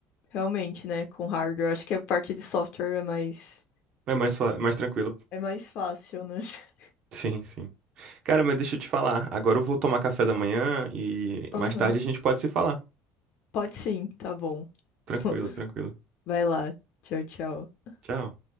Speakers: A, on the left; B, on the right.
A: realmente, né? Com hardware, acho que a parte de software é mais,
B: É mais, fa- mais tranquilo.
A: é mais fácil, né? <laughs>
B: Sim, sim. Cara, mas deixa eu te falar. Agora eu vou tomar café da manhã e
A: Aham.
B: mais tarde a gente pode se falar.
A: Pode sim, tá bom.
B: Tranquilo,
A: <laughs>
B: tranquilo.
A: Vai lá. Tchau, tchau.
B: Tchau.